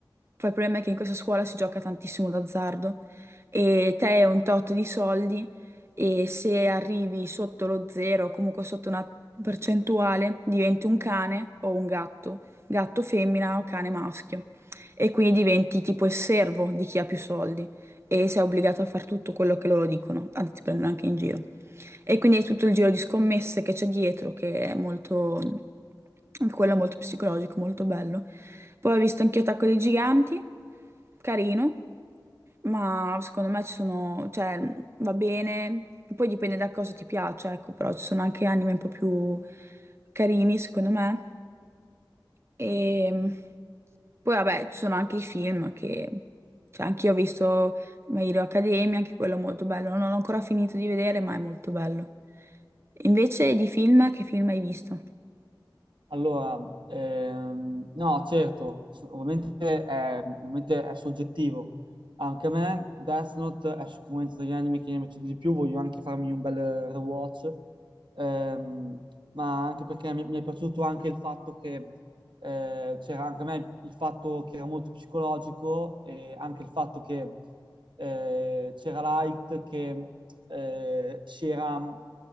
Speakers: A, on the right; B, on the right.
A: poi il problema è che in questa scuola si gioca tantissimo d'azzardo e te hai un tot di soldi e se arrivi sotto lo zero o comunque sotto una percentuale diventi un cane o un gatto, gatto femmina o cane maschio e quindi diventi tipo il servo di chi ha più soldi e sei obbligato a fare tutto quello che loro dicono, anzi ti prendono anche in giro. E quindi è tutto il giro di scommesse che c'è dietro, che è molto, anche quello è molto psicologico, molto bello. Poi ho visto anche Attacco dei Giganti, carino, ma secondo me ci sono, cioè, va bene, poi dipende da cosa ti piace, ecco, però ci sono anche anime un po' più carini, secondo me. E... Poi vabbè, ci sono anche i film che... Cioè, anch'io ho visto My Hero Academia, anche quello è molto bello. Non ho ancora finito di vedere, ma è molto bello. Invece di film, che film hai visto?
B: Allora, ehm, no, certo, s- ovviamente è, ovviamente è soggettivo. Anche a me Death Note è sicuramente degli anime che mi è piaciuto di più, voglio anche farmi un bel rewatch, Ehm, ma anche perché mi, mi è piaciuto anche il fatto che eh, c'era anche a me il fatto che era molto psicologico e anche il fatto che eh, c'era Light che eh, si era,